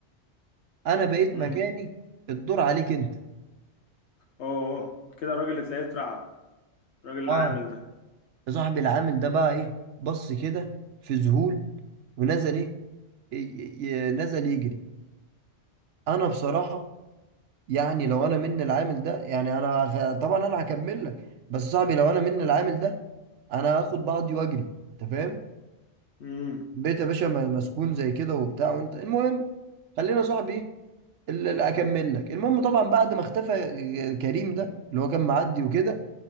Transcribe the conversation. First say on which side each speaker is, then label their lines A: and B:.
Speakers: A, on the right; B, on the left.
A: انا بقيت
B: امم
A: مكاني الدور عليك انت
B: اوه أوه. كده الراجل اللي تلاقيه اترعب الراجل العامل
A: اه
B: ده
A: يا صاحبي العامل ده بقى ايه بص كده في ذهول ونزل ايه ي- ي- نزل يجري انا بصراحة يعني لو انا من العامل ده يعني انا هخ- طبعا انا هكمل لك بس صاحبي لو انا من العامل ده انا هاخد بعضي واجري انت فاهم
B: امم
A: بيت يا باشا م- مسكون زي كده وبتاع وانت المهم خلينا صاحبي ايه اللي اللي اكمل لك المهم طبعا بعد ما اختفى آه، كريم ده اللي هو كان معدي وكده